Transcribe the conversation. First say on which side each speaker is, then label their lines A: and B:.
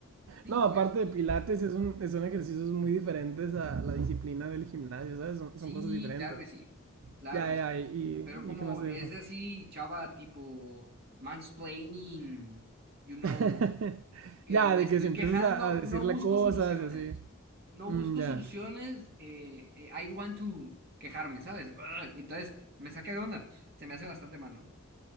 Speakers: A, on the right; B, on the right.
A: Sí,
B: No,
A: pues,
B: aparte de pilates, es un, son ejercicios muy diferentes a la disciplina del gimnasio, ¿sabes? Son,
A: sí,
B: son cosas diferentes.
A: claro que sí, claro
B: Ya,
A: que
B: ya,
A: sí.
B: y,
A: Pero como
B: y, y ¿qué más te
A: es
B: dijo?
A: de así, chava, tipo mansplaining, you know.
B: <laughs>
A: que
B: Ya,
A: me
B: de
A: estoy
B: que si empiezas
A: quejando,
B: a, a decirle
A: no busco
B: cosas
A: soluciones.
B: y así.
A: No
B: Mm,
A: busco
B: ya.
A: soluciones, eh, eh, I want to quejarme, ¿sabes? Ugh, entonces, me saca de onda. Se me hace bastante mal, ¿no?